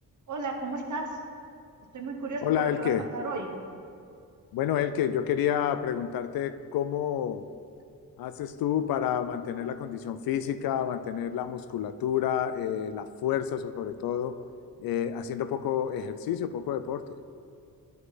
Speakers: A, on the right; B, on the left.
A: Hola, ¿cómo estás? Estoy muy curiosa
B: Hola,
A: por lo
B: Elke.
A: que vas a hablar hoy.
B: Bueno, Elke, yo quería preguntarte cómo haces tú para mantener la condición física, mantener la musculatura, eh, la fuerza sobre todo, eh, haciendo poco ejercicio, poco deporte.